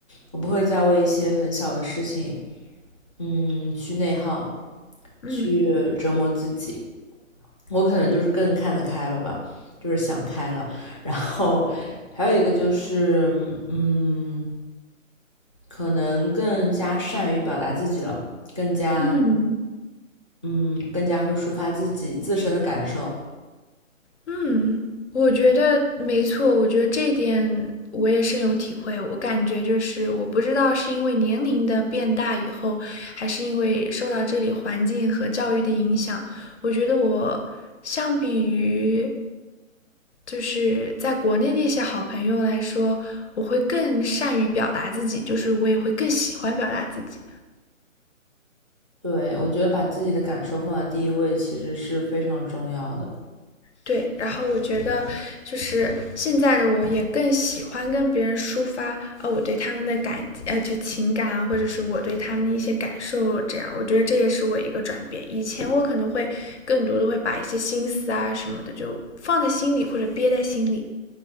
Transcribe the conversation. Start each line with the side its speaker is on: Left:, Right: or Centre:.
Right: 我不会再为一些很小的事情嗯去内耗，
Left: 嗯
Right: 去折磨自己。我可能就是更看得开了吧，就是想开了。然后还有一个就是，嗯，可能更加善于表达自己了，更加，
Left: 嗯，
Right: 嗯，更加会抒发自己自身的感受。
Left: 嗯，我觉得没错，我觉得这一点我也深有体会。我感觉就是，我不知道是因为年龄的变大以后，还是因为受到这里环境和教育的影响，我觉得我相比于就是在国内那些好朋友来说，我会更善于表达自己，就是我也会更喜欢表达自己。
Right: 对，我觉得把自己的感受放在第一位，其实是非常重要的。
Left: 对，然后我觉得就是现在的我也更喜欢跟别人抒发啊，我对他们的感呃就情感啊，或者是我对他们的一些感受，这样我觉得这也是我一个转变。以前我可能会更多的会把一些心思啊什么的就放在心里或者憋在心里。